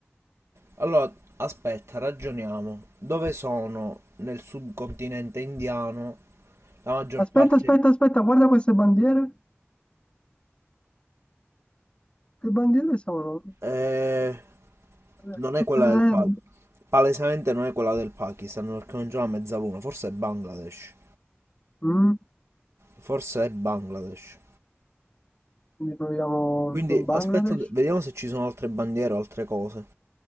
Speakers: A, on the right; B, on the left.
A: Allora, aspetta, ragioniamo. Dove sono nel subcontinente indiano la maggior
B: Aspetta,
A: parte...
B: aspetta, aspetta, guarda queste bandiere. Che bandiere sono?
A: Eh,
B: Eh,
A: non
B: Tutte
A: è quella
B: verdi.
A: del Pakistan. Palesemente non è quella del Pakistan perché non c'è una mezzaluna. Forse è Bangladesh.
B: Mm,
A: Forse è Bangladesh.
B: Quindi proviamo
A: Quindi
B: con Bangladesh.
A: aspetta, vediamo se ci sono altre bandiere o altre cose.